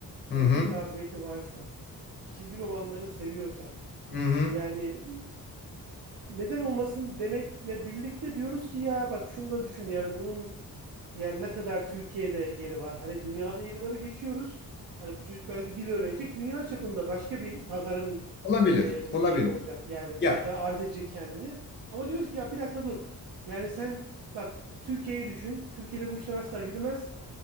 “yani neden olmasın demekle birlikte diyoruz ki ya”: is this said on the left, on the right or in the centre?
Right